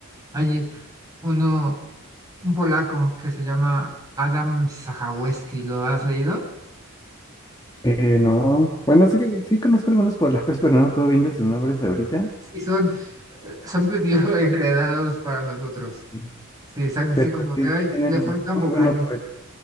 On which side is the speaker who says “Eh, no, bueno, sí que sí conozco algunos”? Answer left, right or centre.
Left